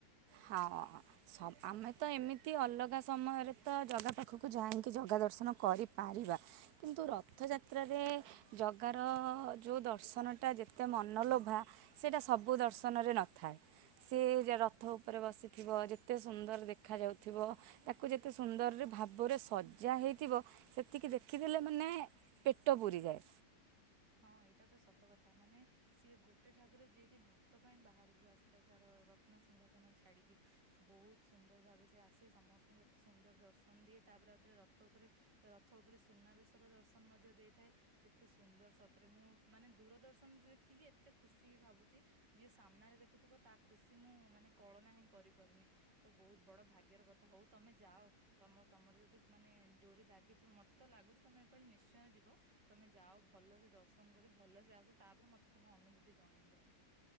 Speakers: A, on the right; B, on the right.
A: ହଁ ଆମେ ତ ଏମିତି ଅଲଗା ସମୟରେ ତ ଜଗା ପାଖକୁ ଯାଇଁକି ଜଗା ଦର୍ଶନ କରିପାରିବା, କିନ୍ତୁ ରଥଯାତ୍ରାରେ ଜଗାର ଯୋଉ ଦର୍ଶନ ଟା ଯେତେ ମନଲୋଭା ସେଟା ସବୁ ଦର୍ଶନରେ ନ ଥାଏ। ସେ ଯାର ରଥ ଉପରେ ବସିଥିବ, ଯେତେ ସୁନ୍ଦର ଦେଖାଯାଉଥିବ, ତାକୁ ଯେତେ ସୁନ୍ଦର ବି ଭାବରେ ସଜା ଯାହା ହେଇଥିବ, ସେତିକି ଦେଖିଦେଲେ ମାନେ ପେଟ ପୁରିଯାଏ।
B: ହଁ ଏଇଟା ତ ସତ କଥା। ମାନେ ସିଏ ଗୋଟେ ଠାକୁର ଯିଏ କି ଭକ୍ତ ପାଇଁ ବାହାରକୁ ଆସିଥାଏ ତାର ରତ୍ନସିଂହାସନ ଛାଡିକି। ବହୁତ ସୁନ୍ଦର ଭାବେ ସେ ଆସେ ସମସ୍ତଙ୍କୁ ଏତେ ସୁନ୍ଦର ଦର୍ଶନ ଦିଏ ତାପରେ ଆଉ ଥରେ ରଥ ଉପରେ ରଥ ଉପରେ ସୁନାବେଶର ଦର୍ଶନ ମଧ୍ୟ ଦେଇଥାଏ। କେତେ ସୁନ୍ଦର ସତରେ ମୁଁ ମାନେ ଦୂରଦର୍ଶନରେ ଦେଖିକି ଏତେ ଖୁସି ଭାବୁଛି। ଯିଏ ସାମ୍ନାରେ ଦେଖୁଥିବ ତା ଖୁସି ମୁଁ ମାନେ କଳନା ହିଁ କରିପାରୁନି। ତ ବହୁତ ବଡ ଭାଗ୍ୟର କଥା, ହଉ ତମେ ଯାଅ ତମ ତ ତମର ଯଦି ମାନେ ଡୋରି ଲାଗିଥିବ, ମତେ ତ ଲାଗୁଛି ତମେ ଏଇପାଳି ନିଶ୍ଚୟ ଯିବ। ତମେ ଯାଅ ଭଲ ସେ ଦର୍ଶନ କରି ଭଲସେ ଆସ, ତାପରେ ମତେ ତମ ଅନୁଭୂତି ଜଣେଇବ।